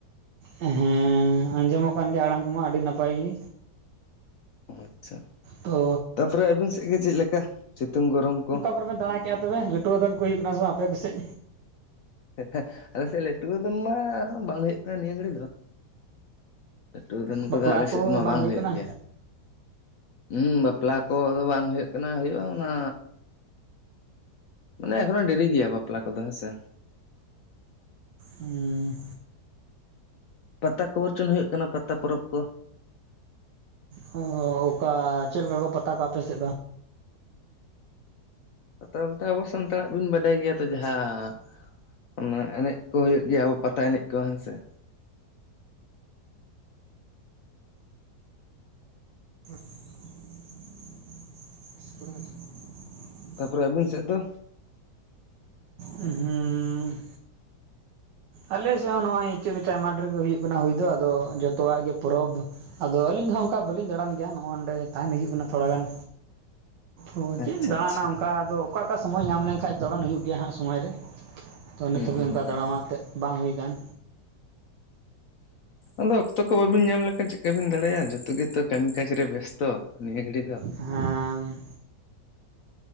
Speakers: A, on the right (about 85°); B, on the left (about 65°).
A: ᱦᱮᱸ ᱟᱸᱡᱚᱢᱚᱜ ᱠᱟᱱ ᱜᱮᱭᱟ ᱟᱲᱟᱝ ᱠᱚᱢᱟ ᱟᱹᱰᱤ ᱱᱟᱯᱟᱭ ᱜᱮ
B: ᱟᱪᱪᱷᱟ
A: ᱛᱚ
B: ᱛᱟᱯᱚᱨᱮ ᱟᱹᱵᱤᱱ ᱥᱮᱫ ᱜᱮ ᱪᱮᱫ ᱞᱮᱠᱟ ᱥᱤᱛᱩᱝ ᱜᱚᱨᱚᱢ ᱠᱚ
A: ᱯᱩᱨᱟᱹ ᱵᱮᱱ ᱫᱟᱬᱟᱠᱮᱫᱼᱟ ᱛᱚᱵᱮ ᱱᱟᱹᱴᱣᱟᱹ ᱫᱚᱱ ᱠᱚ ᱦᱩᱭᱩᱜ ᱠᱟᱱᱟ ᱥᱮ ᱵᱟᱝ ᱟᱯᱮ ᱠᱚ ᱥᱮᱡ
B: <unintelligible> ᱟᱞᱮ ᱥᱮᱡ ᱞᱟᱹᱴᱣᱟᱹ ᱫᱚᱱ ᱢᱟ ᱵᱟᱝ ᱦᱩᱭᱩᱜ ᱠᱟᱱᱟ ᱱᱤᱭᱟᱹ ᱜᱷᱟᱹᱲᱤ ᱫᱚ ᱞᱟᱹᱴᱣᱟᱹ ᱫᱚᱱ ᱠᱚᱫᱚ
A: ᱵᱟᱯᱞᱟ
B: ᱟᱞᱮ
A: ᱠᱚ
B: ᱥᱮᱫ ᱢᱟ ᱵᱟᱝ ᱦᱩᱭᱩᱜ
A: ᱠᱟᱱᱟ
B: ᱜᱮᱭᱟ᱾ ᱦᱩᱸ ᱵᱟᱯᱞᱟ ᱠᱚ ᱫᱚ ᱵᱟᱝ ᱦᱩᱭᱩᱜ ᱠᱟᱱᱟ ᱦᱩᱭᱩᱜᱼᱟ ᱚᱱᱟ ᱢᱟᱱᱮ ᱮᱠᱷᱚᱱᱚᱜ ᱰᱮᱨᱤ ᱜᱮᱭᱟ ᱵᱟᱯᱞᱟ ᱠᱚ ᱫᱚ ᱦᱮᱸ ᱥᱮ
A: ᱦᱮᱸ
B: ᱯᱟᱛᱟ ᱠᱚ ᱵᱚᱨᱪᱚᱱ ᱦᱩᱭᱩᱜ ᱠᱟᱱᱟ ᱯᱟᱛᱟ ᱯᱚᱨᱚᱵᱽ ᱠᱚ
A: ᱦᱚᱸ ᱚᱠᱟ ᱪᱮᱫ ᱞᱮᱠᱟ ᱠᱚ ᱯᱟᱛᱟ ᱠᱚᱣᱟ ᱟᱯᱮ ᱥᱮᱫ ᱫᱚ
B: ᱱᱚᱛᱮ ᱚᱱᱛᱮ ᱟᱵᱚ ᱥᱟᱱᱛᱟᱲᱟᱜ ᱵᱤᱱ ᱵᱟᱰᱟᱭ ᱜᱮᱭᱟ ᱛᱚ ᱡᱟᱦᱟᱸ ᱚᱱᱟ ᱮᱱᱮᱡ ᱠᱚ ᱦᱩᱭᱩᱜ ᱜᱮᱭᱟ ᱟᱵᱚ ᱯᱟᱛᱟ ᱮᱱᱮᱡ ᱠᱚ ᱦᱮᱸ ᱥᱮ
A: <inaudible> <inaudible>
B: ᱛᱟᱯᱚᱨᱮ ᱟᱹᱵᱤᱱ ᱥᱮᱫ ᱫᱚ
A: ᱦᱮᱸ ᱟᱞᱮᱥᱮᱫ ᱦᱚᱸ ᱱᱚᱜᱼᱚᱭ ᱤᱪᱟᱹᱜ ᱞᱮᱠᱟ ᱟᱭᱢᱟ ᱰᱷᱮᱨ ᱜᱮ ᱦᱩᱭᱩᱜ ᱠᱟᱱᱟ ᱦᱩᱭ ᱫᱚ ᱟᱫᱚ ᱡᱚᱛᱚᱣᱟᱜ ᱜᱮ ᱯᱚᱨᱚᱵᱽ ᱟᱫᱚ ᱟᱹᱞᱤᱧ ᱦᱚᱸ ᱚᱱᱠᱟ ᱵᱟᱹᱞᱤᱧ ᱫᱟᱬᱟᱱ ᱜᱮᱭᱟ ᱱᱚᱜᱼᱚᱭ ᱱᱚᱸᱰᱮ ᱛᱟᱦᱮᱱ ᱦᱩᱭᱩᱜ ᱠᱟᱱᱟ ᱛᱷᱚᱲᱟ ᱜᱟᱱ ᱚ
B: ᱟᱪᱪᱷᱟ
A: ᱪᱮᱫ ᱮᱢ ᱫᱟᱬᱟᱱᱟ
B: ᱟᱪᱪᱷᱟ
A: ᱚᱱᱠᱟ ᱟᱫᱚ ᱚᱠᱟ ᱚᱠᱟ ᱥᱚᱢᱚᱭ ᱧᱟᱢ ᱞᱮᱱᱠᱷᱟᱡ ᱫᱟᱬᱟᱱ ᱦᱩᱭᱩᱜ ᱜᱮᱭᱟ ᱦᱟᱸᱜ ᱥᱚᱢᱚᱭ ᱨᱮ ᱛᱚ ᱱᱤᱛ
B: ᱦᱩᱸ
A: ᱦᱟᱹᱵᱤᱡ
B: ᱦᱩᱸ
A: ᱚᱱᱠᱟ
B: ᱦᱩᱸ
A: ᱫᱟᱬᱟ ᱮᱱᱛᱮᱫ ᱵᱟᱝ ᱦᱩᱭ ᱟᱠᱟᱱ
B: ᱟᱫᱚ ᱚᱠᱛᱚ ᱠᱚ ᱵᱟᱹᱵᱤᱱ ᱧᱟᱢ ᱞᱮᱠᱷᱟᱱ ᱪᱤᱠᱟᱹ ᱵᱤᱱ ᱫᱟᱬᱟᱭᱟ ᱡᱚᱛᱚ ᱜᱮ ᱛᱚ ᱠᱟᱹᱢᱤ ᱠᱟᱡᱽ ᱨᱮ ᱵᱮᱥᱛᱚ ᱱᱤᱭᱟᱹ ᱜᱷᱟᱹᱲᱤᱡ ᱫᱚ
A: ᱦᱮᱸ